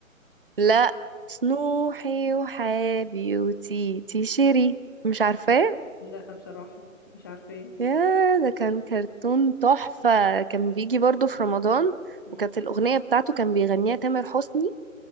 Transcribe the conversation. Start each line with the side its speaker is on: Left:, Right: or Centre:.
Right: لا سنوحي وحابي وتيتي شيري مش عارفاه
Left: لا بصراحة مش عارفة ايه
Right: يا ده كان كرتون تحفة كان بيجي برضو في رمضان
Left: مم.
Right: وكانت الأغنية بتاعته كان بيغنيها تامر حسني